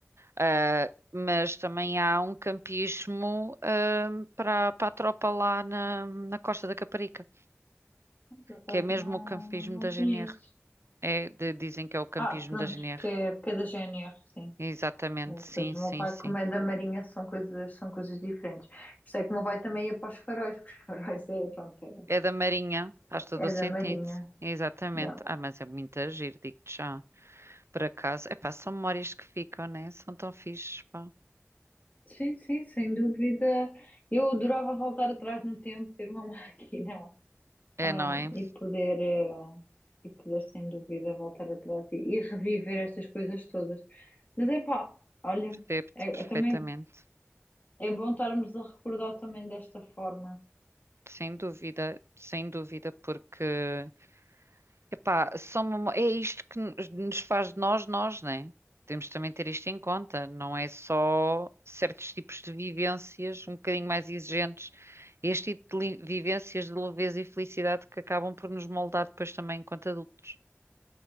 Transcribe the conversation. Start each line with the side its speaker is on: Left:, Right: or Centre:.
Right: Ah, mas também há um campismo, ah, para, para a tropa lá na, na Costa da Caparica.
Left: por acaso
Right: que é mesmo
Left: não,
Right: o campismo
Left: não
Right: da
Left: conheço.
Right: GNR. É, de- dizem que é o campismo
Left: Ah, pronto,
Right: da GNR.
Left: porque é, porque é da GNR, sim.
Right: Exatamente,
Left: Eh,
Right: sim,
Left: Pois o
Right: sim,
Left: meu pai,
Right: sim.
Left: como é da Marinha, são coisas, são coisas diferentes. Por isso é que o meu pai também ia para os faróis, porque os <laughs> faróis é, pronto, é,
Right: É da Marinha, faz todo
Left: é,
Right: o
Left: é
Right: sentido.
Left: da Marinha.
Right: Exatamente.
Left: Yeah.
Right: Ah, mas é muito agir, digo-te já. Por acaso, é pá, são memórias que ficam, né? São tão fixes, pá.
Left: Sim, sim, sem dúvida. Eu adorava voltar atrás no tempo, ter uma <laughs> máquina,
Right: É,
Left: ah,
Right: não é?
Left: e poder, eh, e poder, sem dúvida, voltar atrás e, e reviver estas coisas todas. Mas é pá, olha,
Right: Percebo-te
Left: é,
Right: perfeitamente.
Left: é também é bom estarmos a recordar também desta forma,
Right: Sem dúvida, sem dúvida, porque Epá, são memó- é isto que nos nos faz de nós, nós, né? Temos também de ter isto em conta. Não é só certos tipos de vivências um bocadinho mais exigentes. Este tipo de li- vivências de leveza e felicidade que acabam por nos moldar depois também enquanto adultos.